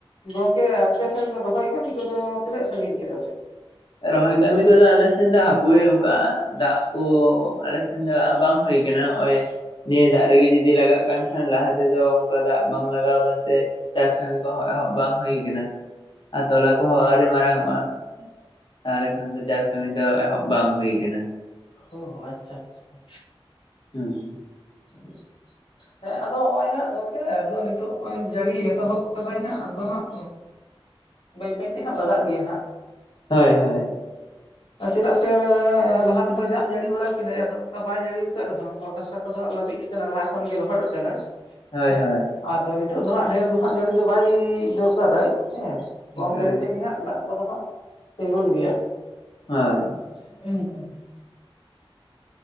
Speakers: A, on the left; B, on the left.
A: ᱜᱚᱝᱠᱮ ᱟᱯᱮ ᱥᱮᱱ ᱫᱚ, ᱨᱚᱦᱚᱭ ᱠᱟᱹᱢᱤ ᱠᱚᱫᱚ, ᱛᱤᱱᱟᱹᱜ ᱥᱟᱺᱜᱤᱧ ᱠᱮᱫᱟ ᱯᱮ?
B: ᱨᱚᱦᱚᱭ ᱠᱟᱹᱢᱤ ᱠᱚᱫᱚ, ᱟᱞᱮ ᱥᱮᱱ ᱫᱚ, ᱦᱟᱯᱚᱭ ᱚᱱᱠᱟ ᱫᱟᱜ ᱠᱚ, ᱟᱞᱮ ᱥᱮᱱ ᱫᱟᱜ ᱵᱟᱝ ᱦᱩᱭ ᱟᱠᱟᱱᱟ ᱾ ᱠᱮ, ᱱᱚᱜ ᱚᱭ ᱱᱤᱭᱟᱹ ᱫᱟᱜ ᱨᱮᱜᱮ, ᱡᱩᱫᱤ ᱞᱟᱜᱟᱜ ᱠᱟᱱ ᱠᱷᱟᱱ, ᱞᱟᱦᱟ ᱛᱮᱫᱚ ᱚᱱᱠᱟ, ᱫᱟᱜ ᱵᱟᱝ ᱞᱟᱜᱟᱣ ᱟᱠᱟᱱᱛᱮ ᱪᱟᱥ ᱠᱟᱹᱢᱤ ᱠᱚᱦᱚ, ᱸ ᱮᱦᱚᱵ ᱵᱟᱝ ᱦᱩᱭ ᱟᱠᱟᱱᱟ ᱾ ᱟᱨ ᱛᱚᱞᱟ ᱠᱚᱦᱚᱸ ᱟᱹᱣᱨᱤ ᱢᱟᱨᱟᱝ ᱚᱜᱼᱟ ᱾ ᱛᱟᱦᱚᱞᱮ ᱠᱷᱟᱱ ᱫᱚ, ᱪᱟᱥ ᱠᱟᱹᱢᱤ ᱫᱚ, ᱮᱦᱚᱵ ᱵᱟᱝ ᱦᱩᱭ ᱟᱠᱟᱱᱟ ᱾
A: ᱦᱚ ᱦᱚ, ᱟᱪᱪᱷᱟ, ᱟᱪᱪᱷᱟ ᱾
B: ᱦᱩᱸᱻᱝ. ᱾
A: ᱦᱮᱸ <unintelligible> ᱦᱮᱸᱻ, ᱟᱫᱚ, ᱱᱚᱜᱼᱚᱭ ᱦᱟᱸᱜ ᱜᱚᱝᱠᱮ, ᱟᱫᱚ, ᱱᱤᱛᱚᱜ ᱱᱚᱜᱼᱚᱭ ᱡᱟᱹᱲᱤ ᱮᱛᱚᱦᱚᱵ ᱟᱠᱟᱫᱟᱭ ᱦᱟᱸᱜ, ᱟᱫᱚ ᱦᱟᱸᱜ ᱵᱟᱹᱭ ᱵᱟᱹᱭᱛᱮ ᱦᱟᱸᱜ, ᱞᱟᱜᱟᱜ ᱜᱮᱭᱟ ᱦᱟᱸᱜ ᱾
B: ᱦᱳᱭ, ᱦᱳᱭ ᱾
A: ᱪᱟᱲ <unintelligible> ᱪᱮᱫᱟᱜ ᱥᱮᱻ, ᱞᱟᱦᱟ ᱛᱮᱦᱚᱸᱭ ᱫᱟᱜ ᱡᱟᱹᱲᱤ ᱵᱟᱲᱟ ᱠᱮᱫᱟᱭ, ᱟᱫᱚ ᱵᱟᱭ ᱡᱟᱹᱲᱤ ᱟᱠᱟᱫ ᱨᱮᱦᱚᱸ, ᱚᱛ ᱦᱟᱥᱟ ᱠᱚᱫᱚ, ᱦᱟᱸᱜ ᱞᱟᱹᱵᱤᱫ ᱟᱠᱟᱱᱟ ᱾ ᱞᱟᱦᱟ ᱠᱷᱚᱱ ᱜᱮ, ᱞᱚᱦᱚᱫ ᱟᱠᱟᱱᱟ,
B: ᱦᱳᱭ
A: ᱦᱮᱸ
B: ᱦᱳᱭ
A: ᱾ ᱟᱫᱚ, ᱱᱤᱛᱚᱜ ᱫᱚ ᱦᱟᱸᱜ, ᱰᱷᱮᱨ ᱫᱚ ᱦᱟᱸᱜ, ᱡᱟᱹᱲᱤ ᱫᱚ ᱵᱟᱭᱻᱤᱻ ᱫᱚᱨᱠᱟᱨᱟᱭ, ᱦᱮᱸ ᱾ ᱠᱚᱢ
B: ᱮᱠᱟᱞ
A: ᱡᱟᱹᱲᱤ
B: ᱮᱠᱟᱞ
A: ᱛᱮᱜᱮ ᱦᱟᱸᱜ, ᱫᱟᱜ ᱠᱚᱫᱚ ᱦᱟᱸᱜ, ᱛᱤᱸᱜᱩᱱ ᱜᱮᱭᱟ ᱾
B: ᱦᱳᱭ ᱾
A: <inaudible>